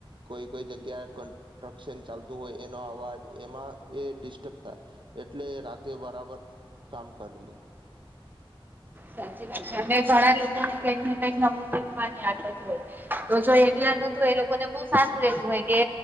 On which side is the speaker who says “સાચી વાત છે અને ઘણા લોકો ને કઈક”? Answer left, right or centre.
Right